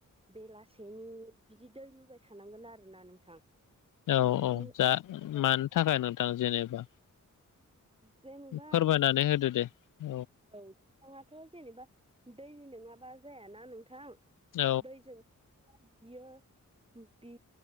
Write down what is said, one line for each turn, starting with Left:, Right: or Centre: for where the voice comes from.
Right: बेलासेनि बिदि दै लुबाय थानांगोन आरोना नोंथां
Left: औ
Right: बिदि
Left: औ जा
Right: औ
Left: मानो थाखाय नोंथां जेनेबा
Right: जेनेबा
Left: फोरमायनानै होदो दे औ
Right: औ नोंथाङाथ' जेनेबा दै नङाबा जायाना नोंथां
Left: औ
Right: दैजों बियो बि